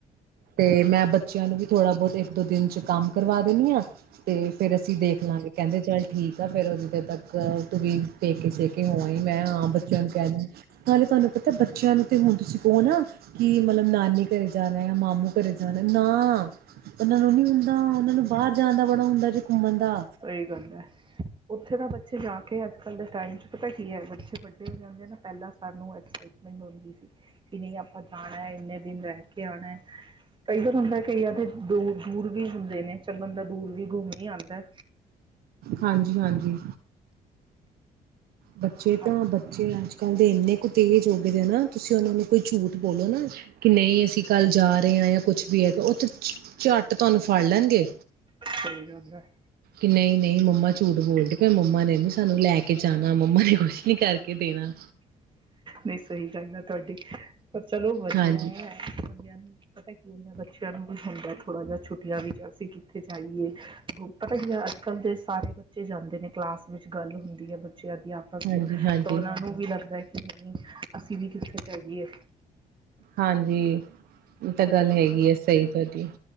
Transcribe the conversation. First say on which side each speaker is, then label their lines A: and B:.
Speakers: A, on the right; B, on the right.
A: ਤੇ ਮੈਂ ਬੱਚਿਆਂ ਨੂੰ ਵੀ ਥੋੜਾ ਬਹੁਤ ਇੱਕ ਦੋ ਦਿਨ ਚ ਕੰਮ ਕਰਵਾ ਦੇਿੰਣੀ ਆ ਤੇ ਫੇਰ ਅਸੀਂ ਦੇਖ ਲਵਾਂਗੇ ਕਹਿੰਦੇ ਚੱਲ ਠੀਕ ਆ ਫੇਰ ਉਹ ਜਿੱਥੋਂ ਤੱਕ ਤੂੰ ਵੀ ਪੇਕੇ ਸੇਕੇ ਹੋਵਈ ਮੈਂ ਹਾਂ ਬੱਚਿਆਂ ਨੂੰ ਕਹਿ ਦੇ ਨਾਲੇ ਤੁਹਾਨੂੰ ਪਤਾ ਬੱਚਿਆਂ ਨੂੰ ਤੇ ਹੁਣ ਤੁਸੀਂ ਕਹੋ ਨਾ ਕਿ ਮਤਲਬ ਨਾਨੀ ਘਰੇ ਜਾਣਾ ਜਾਂ ਮਾਮੂ ਘਰੇ ਜਾਣਾ ਨਾ ਉਹਨਾਂ ਨੂੰ ਨੀ ਹੁੰਦਾ ਉਹਨਾਂ ਨੂੰ ਬਾਹਰ ਜਾਣ ਦਾ ਬੜਾ ਹੁੰਦਾ ਜੇ ਘੁੰਮਣ ਦਾ
B: ਸਹੀ ਗੱਲ ਹ ਉੱਥੇ ਤਾਂ ਜਾ ਕੇ ਅੱਜ ਕੱਲ ਦੇ ਟਾਈਮ ਪਤਾ ਕੀ ਹ ਬੱਚੇ ਤਿੰਨ ਦਿਨ ਦੇ ਨਾ ਪਹਿਲਾਂ ਤੈਨੂੰ ਐਕਸਾਈਟਮੈਂਟ ਹੁੰਦੀ ਕਿ ਨਹੀਂ ਆਪਾਂ ਤਾਂ ਇਨੇ ਲੈ ਕੇ ਆਉਣਾ ਕਈ ਵਾਰ ਹੁੰਦਾ ਕਈ ਆ ਤੇ ਦੂਰ ਵੀ ਹੁੰਦੇ ਨੇ ਚੰਦਰ ਪੂਰਵੀ ਘੁਮੀ ਆਂਦਾ
A: ਹਾਂਜੀ ਹਾਂਜੀ ਬੱਚੇ ਤਾਂ
B: ਅੱਜ
A: ਬੱਚੇ ਅੱਜ ਕੱਲ ਦੇ ਇੰਨੇ ਕੁ ਇਵੇਂ ਜੋ ਨਾ ਤੁਸੀਂ ਉਹਨਾਂ ਨੂੰ ਕੋਈ ਝੂਠ ਬੋਲੋ ਨਾ ਕਿ ਨਹੀਂ ਅਸੀਂ ਕੱਲ ਜਾ ਰਹੇ ਹਾਂ ਜਾਂ ਕੁੱਛ ਵੀ ਹੈਗਾ ਉੱਥੇ <unintelligible> ਝੱਟ ਤੁਹਾਨੂੰ ਫੜ ਲੈਣਗੇ
B: ਸਹੀ ਗੱਲ ਹੈ
A: ਨਹੀਂ ਨਹੀਂ ਮਮਾ ਝੂਠ ਬੋਲ ਮਮਾ ਨੇ ਨੀ ਸਾਨੂੰ ਲੈ ਕੇ ਜਾਣਾ ਮਮਾ ਨੇ ਕੁਛ ਨਹੀਂ ਕਰਕੇ ਦੇਣਾ
B: ਨਹੀਂ ਸਹੀ ਗੱਲ ਆ ਤੁਹਾਡੀ ਚਲੋ ਵਧੀਆ
A: ਹਾਂਜੀ
B: ਬੰਦਿਆਂ ਨੂੰ ਪਤਾ ਕੀ ਹੁੰਦਾ ਬੱਚਿਆਂ ਨੂੰ ਵੀ ਹੁੰਦਾ ਥੋੜਾ ਜਿਹਾ ਛੁੱਟੀਆ ਵੀਜਾ ਸੀ ਕਿੱਥੇ ਜਾਈਏ ਪਤਾ ਕਿ ਅੱਜ ਕੱਲ ਦੇ ਸਾਰੇ ਬੱਚੇ ਜਾਂਦੇ ਨੇ ਕਲਾਸ ਵਿੱਚ ਗੱਲ ਹੁੰਦੀ ਹ ਤੇ ਅਸੀਂ ਆਪਕਾ
A: ਹਾਂਜੀ ਹਾਂਜੀ
B: ਤੋ ਉਹਨਾਂ ਨੂੰ ਵੀ ਲੱਗਦਾ ਅਸੀਂ ਵੀ ਕਰਦੀ ਹ
A: ਹਾਂਜੀ ਤਾਂ ਗੱਲ ਹੈਗੀ ਆ ਸਹੀ ਤੁਹਾਡੀ